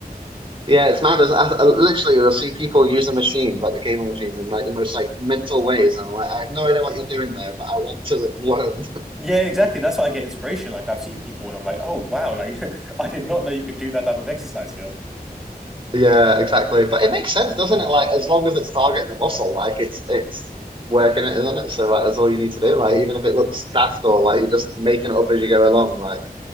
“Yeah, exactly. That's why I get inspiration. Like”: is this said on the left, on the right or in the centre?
Centre